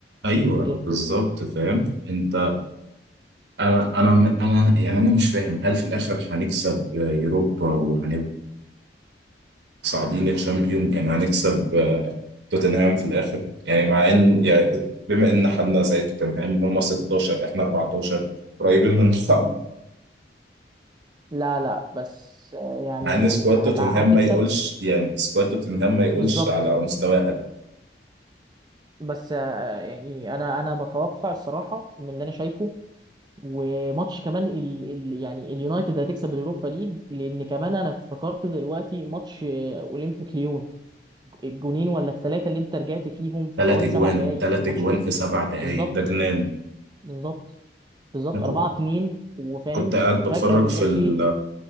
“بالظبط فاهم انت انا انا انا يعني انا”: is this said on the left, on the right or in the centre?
Right